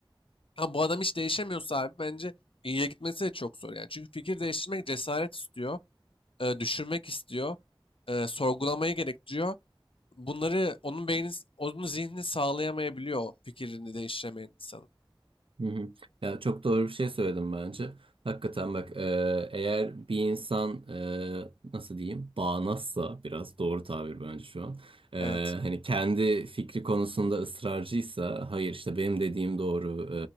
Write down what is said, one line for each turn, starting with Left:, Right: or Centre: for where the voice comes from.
Left: Ha bu adam hiç değişemiyorsa abi bence iyiye gitmesi de çok zor yani. Çünkü fikir değiştirmek cesaret istiyor e, düşünmek istiyor, e, sorgulamayı gerektiriyor. Bunları onun beyni, onun zihni sağlayamayabiliyor o fikrini değiştiremeyen insanın.
Right: Hı hı. Ya çok doğru bir şey söyledim bence. Hakikaten bak e, eğer bir insan e, nasıl diyeyim bağnazsa biraz doğru tabir bence şu an. E,
Left: Evet,
Right: hani kendi fikri konusunda ısrarcıysa hayır işte benim dediğim doğru